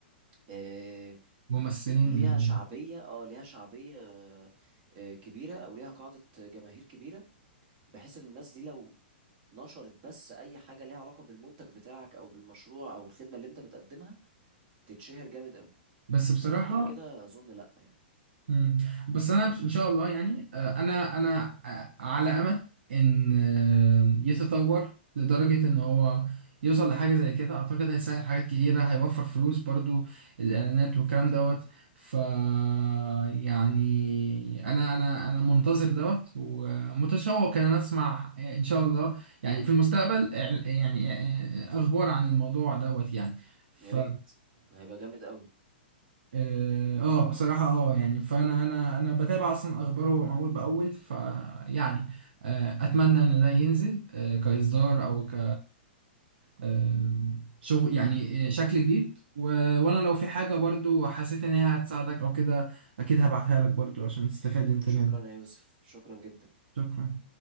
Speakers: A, on the right; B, on the right.
A: آه،
B: ممثلين
A: ليها شعبية اه ليها شعبية آه، آه، كبيرة أو ليها قاعدة جماهير كبيرة بحيث إن الناس دي لو نشرت بس أي حاجة ليها علاقة بالمنتج بتاعك أو بالمشروع أو الخدمة اللي أنت بتقدمها تتشهر جامد قوي
B: بس بصراحة
A: لكن غير كده اظن لا يعني
B: مم. بس انا بش- ان شاء الله يعني آه، انا انا آه، على امل ان آه، يتطور لدرجة ان هو يوصل لحاجة زي كده اعتقد هيسهل حاجات كتيرة هيوفر فلوس برضو الاعلانات والكلام دوت ف يعني انا انا انا منتظر دوت ومتشوق ان انا اسمع ان شاء الله يعني في المستقبل إع- يعني آه، آه، اخبار عن الموضوع دوت يعني ف
A: يا ريت هيبقى جامد قوي
B: اه آه، بصراحة اه يعني فانا انا انا بتابع اصلا اخباره اول باول فيعني آه اتمنى ان ده ينزل آه كاصدار او ك آه شغل يعني آه، شكل جديد و... وانا لو في حاجة برضو حسيت ان هي هتساعدك او كده اكيد هبعتها لك برضو عشان تستفاد انت
A: شكرا
B: منها
A: يا يوسف شكرا جدا
B: شكرا